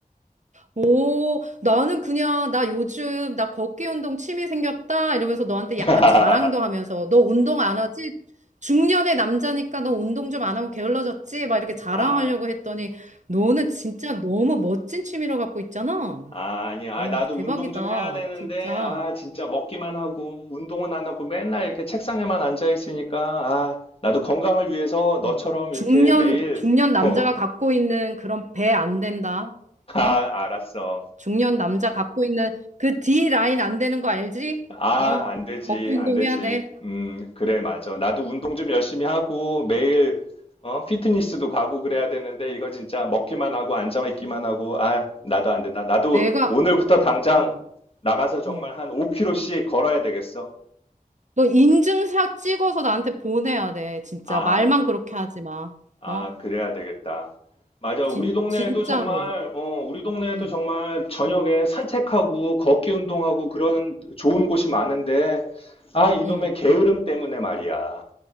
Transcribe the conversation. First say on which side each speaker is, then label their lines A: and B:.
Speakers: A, on the right; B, on the left.
A: 오, 나는 그냥, 나 요즘, 나 걷기 운동 취미 생겼다? 이러면서 너한테
B: <laughs>
A: 약간 자랑도 하면서, 너 운동 안 하지? 중년의 남자니까 너 운동 좀 안 하고 게을러졌지? 막 이렇게 자랑하려고
B: 아,
A: 했더니, 너는 진짜 너무 멋진 취미를 갖고 있잖아?
B: 아, 아니야.
A: 와,
B: 아, 나도
A: 대박이다.
B: 운동 좀 해야 되는데
A: 진짜.
B: 아 진짜 먹기만 하고 운동은 안 하고 맨날 이렇게 책상에만 앉아 있으니까 아 나도 건강을 위해서
A: 어.
B: 너처럼
A: 중년,
B: 이렇게 매일
A: 중년
B: <laughs>
A: 남자가 갖고 있는 그런 배 안 된다.
B: 어,
A: 어?
B: 아 알았어.
A: 중년 남자 갖고 있는 그 D 라인 안 되는 거 알지?
B: 아,
A: 어?
B: 안 되지,
A: 걷기 운동
B: 안 되지.
A: 해야 돼.
B: 음, 그래, 맞아. 나도 운동 좀 열심히 하고 매일 어, 피트니스도 가고 그래야 되는데 이거 진짜 먹기만 하고 앉아 있기만 하고 아, 나도 안 된다. 나도
A: 내가
B: 오늘부터 당장
A: 어,
B: 나가서 정말
A: 어.
B: 한 5km씩 걸어야 되겠어.
A: 너 인증샷 찍어서 나한테 보내야 돼. 진짜
B: 아,
A: 말만 그렇게 하지 마.
B: 아,
A: 어?
B: 그래야 되겠다. 맞아. 우리
A: 진
B: 동네에도
A: 진짜로.
B: 정말 어, 우리 동네에도
A: 응.
B: 정말 저녁에 산책하고 걷기 운동하고 그런 좋은 곳이 많은데 아, 이놈의
A: 응.
B: 게으름 때문에 말이야.